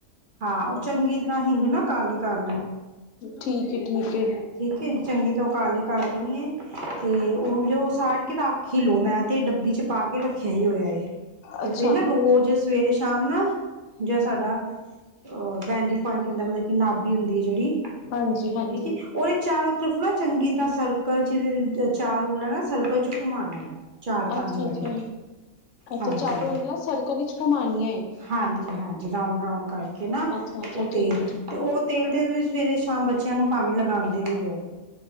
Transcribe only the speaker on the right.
ਹਾਂ ਉਹ ਚੰਗੀ ਤਰ੍ਹਾਂ ਹਿੰਗ ਨਾ ਕਾਹਲੀ ਕਰ ਲਓ
ਠੀਕ ਏ ਚੰਗੀ ਤਰ੍ਹਾਂ ਕਾਲੀ ਕਰ ਲੈਣੀ ਹੈ ਤੇ ਉਹ ਜੋ ਸਾੜ ਕੇ ਰਖ ਹੀ ਲਓ ਮੈਂ ਤੇ ਡੱਬੀ ਚ ਪਾ ਕੇ ਰੱਖਿਆ ਇਹੀ ਹੋਇਆ ਹੈ ਤੇ
ਫੇਰ ਨਾ ਰੋਜ਼ ਸਵੇਰੇ ਸ਼ਾਮ ਨਾ ਜਾਂ ਸਾਡਾ ਅਹ ਵੈਲੀ ਪੁਆਇੰਟ ਹੁੰਦਾ ਮਤਲਬ ਕਿ ਨਾਭੀ ਹੁੰ ਜਿਹੜੀ
ਠੀਕ ਏ ਚਾਰ ਤਰਫ ਨਾ ਚੰਗੀ ਤਰ੍ਹਾਂ ਸਰਕਲ ਚ ਚਾਰ ਰੂ ਲ ਨਾ ਸਰਕਲ ਚ ਘੁਮਾਾਨ ਚਾਰ
ਪੰਜ ਵਾਰੀ
ਹਾਂਜੀ
ਹਾਂਜੀ ਹਾਂਜੀ ਰਾਉਂਡ ਰਾਉਂਡ ਕਰਕੇ ਨਾ
ਉਹ ਤੇਲ
ਤੇ
ਉਹ ਤੇਲ ਤੇ ਸਵੇਰੇ ਸ਼ਾਮ ਬ ਬੱਚਿਆਂ ਨੂੰ ਭਾਵੇਂ ਲਗਾਂਦੇ ਵੀ ਰਹੋ